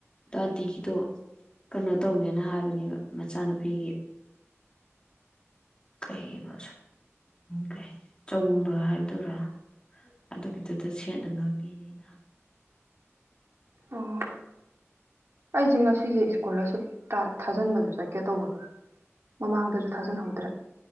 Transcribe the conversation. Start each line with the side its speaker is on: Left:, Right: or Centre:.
Left: ꯑꯟꯇꯤꯒꯤꯗꯣ ꯀꯩꯅꯣ ꯇꯧꯅꯦꯅ ꯍꯥꯏꯕꯅꯦꯕ ꯃꯆꯥꯅꯨꯄꯤꯒꯤ ꯀꯩꯩꯅꯣ ꯀꯩ ꯆꯥꯎꯝꯕ ꯍꯥꯏꯗꯧꯔꯥ ꯑꯗꯨꯒꯤꯗꯨꯗ ꯁꯦꯠꯅꯅꯕꯒꯤ
Right: ꯑꯣ ꯑꯩꯁꯦ ꯉꯁꯤꯁꯦ ꯏꯁꯀꯣꯂꯔꯁꯤꯞ ꯊꯥꯖꯤꯟꯕꯁꯨ ꯆꯠꯀꯦ ꯇꯧꯕꯅꯦ ꯃꯃꯥꯡꯗꯁꯨ ꯊꯥꯖꯟꯍꯧꯗ꯭ꯔꯦ